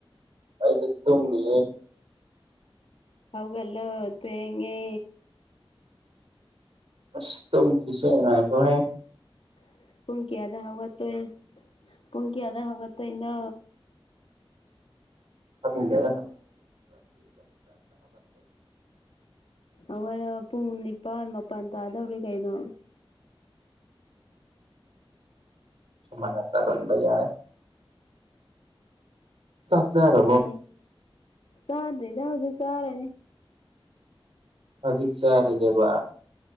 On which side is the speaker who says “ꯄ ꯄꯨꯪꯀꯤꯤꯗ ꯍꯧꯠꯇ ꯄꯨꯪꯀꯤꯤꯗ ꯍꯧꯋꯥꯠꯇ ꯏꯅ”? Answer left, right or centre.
Left